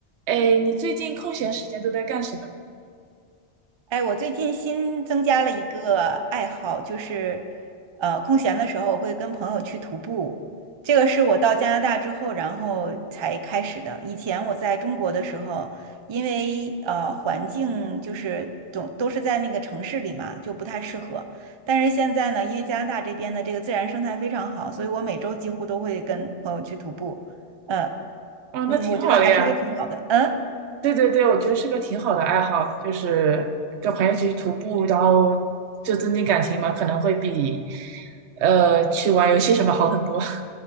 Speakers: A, on the right (about 85°); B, on the right (about 40°).
A: 哎，你最近空闲时间都在干什么呀？
B: 哎，我最近新增加了一个爱好，就是，呃，空闲的时候我会跟朋友去徒步。这个是我到加拿大之后，然后才开始的。以前我在中国的时候，因为呃环境就是总都是在那个城市里嘛，就不太适合。但是现在呢，因为加拿大这边的这个自然生态非常好，所以我每周几乎都会跟朋友去徒步。呃，
A: 哦，
B: 嗯，
A: 那挺好的呀。
B: 我觉得还是一个挺好的。嗯。
A: 对对对，我觉得是个挺好的爱好，就是跟朋友一起去徒步，然后就增进感情嘛，可能会比呃去玩游戏什么好很多。